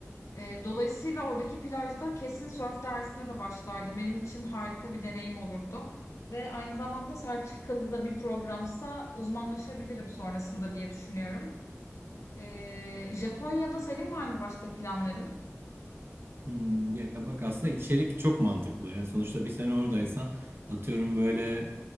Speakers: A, on the left (about 75°); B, on the right (about 50°).
A: E, dolayısıyla oradaki plajda kesin surf dersine de başlardım. Benim için harika bir deneyim olurdu. Ve aynı zamanda sertifikalı da bir programsa uzmanlaşabilirim sonrasında diye düşünüyorum. Ee, Japonya'da senin var mı başka planların?
B: Hmm, ya bak aslında içerik çok mantıklı. Yani sonuçta bir sene oradaysan atıyorum böyle